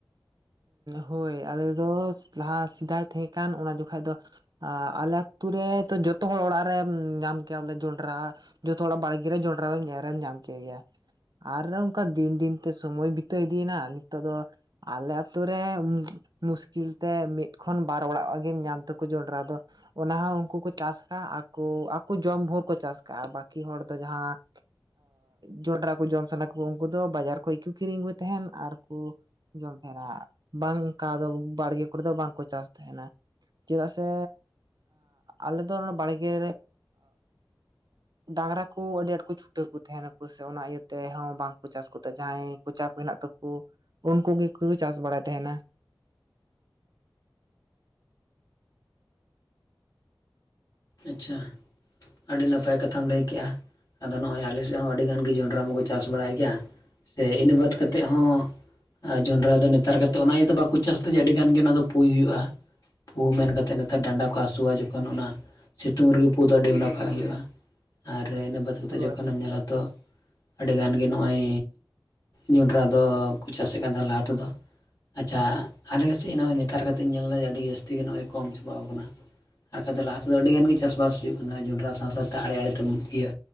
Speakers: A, on the right; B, on the left.
A: ᱦᱳᱭ ᱟᱞᱮ ᱫᱚ ᱞᱟᱦᱟ ᱥᱮᱫᱟᱭ ᱛᱟᱦᱮᱸ ᱠᱟᱱ ᱚᱱᱟ ᱡᱚᱠᱷᱟᱡ ᱫᱚ ᱟᱞᱮ ᱟᱹᱛᱩ ᱨᱮ ᱡᱚᱛᱚ ᱦᱚᱲ ᱚᱲᱟᱜ ᱨᱮᱢ ᱧᱟᱢ ᱠᱮᱭᱟ ᱵᱚᱞᱮ ᱡᱚᱱᱰᱟᱨᱟ ᱾ ᱡᱚᱛᱚ ᱦᱚᱲᱟᱜ ᱵᱟᱲᱜᱮ ᱨᱮ ᱡᱚᱱᱰᱟᱨᱟ ᱮᱨ ᱮᱢ ᱧᱟᱢ ᱠᱮᱜᱮᱭᱼᱟ ᱾ ᱟᱨ ᱚᱝᱠᱟ ᱫᱤᱱ ᱫᱤᱱ ᱛᱮ ᱥᱚᱢᱳᱭ ᱵᱤᱛᱟᱹ ᱤᱫᱤ ᱮᱱᱟ ᱱᱤᱛᱚᱜ ᱫᱚ ᱟᱞᱮ ᱟᱹᱛᱳ ᱨᱮ ᱢᱩᱥᱠᱤᱞ ᱛᱮ ᱢᱤᱫ ᱠᱷᱚᱱ ᱵᱟᱨ ᱚᱲᱟᱜ ᱜᱮᱢ ᱧᱟᱢ ᱛᱟᱠᱚ ᱡᱚᱱᱰᱟᱨᱟ ᱫᱚ ᱾ ᱚᱱᱟ ᱦᱚᱸ ᱩᱱᱠᱩ ᱠᱚ ᱪᱟᱥ ᱠᱟᱜᱼᱟ ᱟᱠᱚ ᱟᱠᱚ ᱡᱚᱢ ᱵᱷᱳᱨ ᱠᱚ ᱪᱟᱥ ᱠᱟᱜᱼᱟ ᱵᱟᱹᱠᱤ ᱦᱚᱲ ᱫᱚ ᱡᱟᱸᱦᱟ ᱾ ᱡᱚᱱᱰᱟᱨᱟ ᱠᱚ ᱡᱚᱢ ᱥᱟᱱᱟ ᱠᱩ ᱩᱱᱠᱩ ᱫᱚ ᱵᱟᱡᱟᱨ ᱠᱷᱚᱱ ᱠᱚ ᱠᱤᱨᱤᱧ ᱟᱜᱩᱭ ᱛᱟᱦᱮᱱ ᱟᱨ ᱠᱩ ᱡᱚᱢ ᱛᱟᱦᱮᱱᱟ ᱵᱟᱝ ᱠᱟ ᱫᱚ ᱵᱟᱲᱜᱮ ᱠᱚᱨᱮ ᱫᱚ ᱵᱟᱝ ᱠᱚ ᱪᱟᱥ ᱛᱟᱦᱮᱱᱟ ᱾ ᱪᱮᱫᱟᱜ ᱥᱮ ᱟᱞᱮ ᱫᱚ ᱵᱟᱲᱜᱮ ᱨᱮ <unintelligible> ᱰᱟᱝᱨᱟ ᱠᱚ ᱟᱹᱰᱤ ᱟᱸᱴ ᱠᱚ ᱪᱷᱩᱴᱟᱹᱣ ᱠᱚ ᱛᱟᱦᱮᱱᱟ ᱠᱚ ᱥᱮ ᱚᱱᱟ ᱤᱭᱟᱹ ᱛᱮᱦᱚᱸ ᱵᱟᱝ ᱠᱚ ᱪᱟᱥ ᱠᱚᱛᱮ ᱡᱟᱸᱦᱟᱭ ᱾ ᱯᱚᱪᱟᱨ ᱦᱮᱸᱱᱟᱜ ᱛᱟᱠᱩ ᱩᱱᱠᱩ ᱜᱮᱠᱚ ᱪᱟᱥ ᱵᱟᱲᱟᱭ ᱛᱟᱦᱮᱱᱟ ᱾
B: ᱟᱪᱪᱷᱟ, ᱟᱹᱰᱤ ᱱᱟᱯᱟᱭ ᱠᱟᱛᱷᱟᱢ ᱞᱟᱹᱭ ᱠᱮᱜᱼᱟ ᱾ ᱟᱫᱚ ᱱᱚᱜᱼᱚᱭ ᱟᱞᱮ ᱥᱮᱫ ᱦᱚᱸ ᱟᱹᱰᱤ ᱜᱟᱱ ᱜᱮ ᱡᱚᱱᱟᱰᱨᱟ ᱢᱟᱠᱚ ᱪᱟᱥ ᱵᱟᱲᱟᱭ ᱜᱮᱭᱟ ᱥᱮ ᱤᱱᱟᱹ ᱵᱟᱫ ᱠᱟᱛᱮᱫ ᱦᱚᱸ ᱟᱨ ᱡᱚᱱᱟᱰᱨᱟ ᱫᱚ ᱱᱮᱛᱟᱨ ᱠᱟᱛᱮᱫ ᱚᱱᱟ ᱤᱭᱟᱹᱛᱮ ᱵᱟᱠᱚ ᱪᱟᱥ ᱫᱟ ᱡᱮ ᱟᱹᱰᱤ ᱜᱟᱱ ᱜᱮ ᱚᱱᱟ ᱫᱚ ᱯᱩᱭ ᱦᱩᱭᱩᱜᱼᱟ ᱾ ᱯᱩ ᱢᱮᱱ ᱠᱟᱛᱮᱫ ᱱᱮᱛᱟᱨ ᱰᱟᱸᱱᱰᱟ ᱠᱚ ᱦᱟᱹᱥᱩᱣᱟ ᱡᱚᱠᱷᱚᱱ ᱚᱱᱟ ᱥᱤᱛᱩᱝ ᱨᱮ ᱜᱮ ᱯᱩ ᱫᱚ ᱟᱹᱰᱤ ᱱᱟᱯᱟᱭ ᱦᱩᱭᱩᱜᱼᱟ ᱟᱨ ᱤᱱᱟᱹ ᱵᱟᱫ ᱠᱟᱛᱮᱫ
A: ᱦᱳᱭ
B: ᱡᱚᱠᱷᱚᱱ ᱮᱢ ᱧᱮᱞᱟ ᱛᱚ ᱟᱹᱰᱤ ᱜᱟᱱ ᱜᱮ ᱱᱚᱜᱼᱚᱭ ᱡᱚᱱᱰᱟᱨᱟ ᱫᱚᱠᱚ ᱪᱟᱥ ᱮᱫ ᱠᱟᱱ <unintelligible> ᱞᱟᱦᱟ ᱛᱮ ᱫᱚ ᱾ ᱟᱪᱪᱷᱟ, ᱟᱞᱮ ᱜᱮᱥᱮᱡ ᱱᱚᱜᱼᱚᱭ ᱱᱮᱛᱟᱨ ᱠᱟᱛᱮᱧ ᱧᱮᱞ ᱫᱟ ᱟᱹᱰᱤ ᱡᱟᱹᱥᱛᱤ ᱜᱮ ᱱᱚᱜᱼᱚᱭ ᱠᱚᱢ ᱪᱟᱵᱟᱣ ᱠᱟᱱᱟ ᱾ ᱟᱨ ᱞᱟᱦᱟ ᱛᱮᱫᱚ ᱟᱹᱰᱤ ᱜᱟᱱ ᱜᱮ ᱪᱟᱥ ᱵᱟᱥ ᱦᱩᱭᱩᱜ ᱠᱟᱱ ᱡᱚᱱᱰᱟᱨᱟ ᱥᱟᱶ ᱥᱟᱶ ᱛᱮ ᱟᱲᱮ ᱟᱲᱮ ᱛᱮᱢ ᱤᱭᱟᱹ